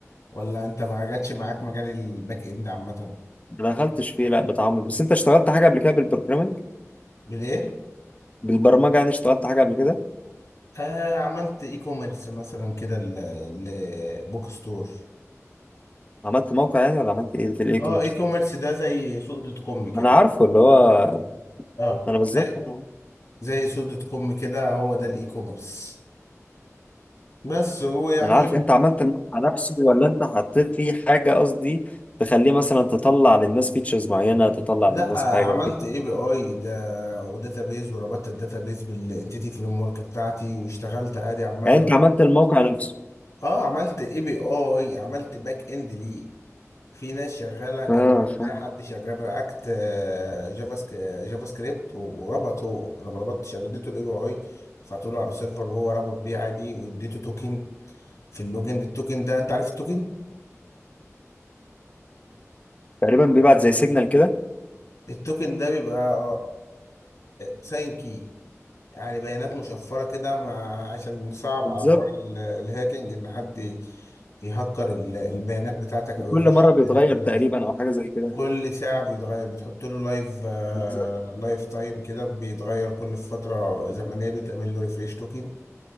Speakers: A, on the left; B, on the left.
A: ولا انت ما جاتش معاك مجال الباك اند عامه
B: ما دخلتش فيه لا بتعمق بس انت اشتغلت حاجه قبل كده بالبروجرامنج
A: بالايه
B: بالبرمجه يعني اشتغلت حاجه قبل كده
A: آه عملت اي كوميرس مثلا كده لبوك ستور
B: عملت موقع يعني ولا عملت ايه في الاي
A: اه
B: كوميرس
A: اي كوميرس ده زي سوق دوت كوم كده
B: انا عارفه اللي هو
A: اه
B: انا بالظبط
A: زي
B: آه.
A: زي سوق دوت كوم كده هو ده الاي كوميرس بس هو آه. يعني
B: انا عارف انت عملت المقطع نفسه ولا انت حطيت فيه حاجه قصدي تخليه مثلا تطلع للناس فيتشرز معينه تطلع
A: لا
B: للناس حاجه
A: عملت
B: كده
A: اي بي اي ده وداتابيز وربطت الداتابيز بالانتيتي فريم ورك بتاعتي واشتغلت عادي عامه
B: يعني انت عملت الموقع نفسه
A: اه عملت اي بي اي عملت باك اند ليه في ناس شغاله كان
B: اه فاهم.
A: اي حد شغال رياكت جافا سك- جافا سكريبت وربط هو انا ما ربطتش انا اديته الاي بي اي رفعته له على السيرفر وهو ربط بيه عادي واديته توكن في اللوجن التوكن ده انت عارف التوكن
B: تقريبا بيبعت زي سيجنال كده
A: التوكن ده بيبقى ساين كي يعني بيانات مشفرة كده مع عشان نصعب
B: بالظبط
A: على حوار ال- الهاكينج إن حد ي- يهكر ال- البيانات بتاعتك
B: وكل
A: أو يخش
B: مره
A: البيانات
B: بيتغير
A: بتاعتك
B: تقريبا او حاجه زي كده
A: كل ساعة بيتغير بتحط له لايف آه،
B: بالظبط
A: لايف تايم كده بيتغير كل فترة زمنية بتعمل له ريفريش توكن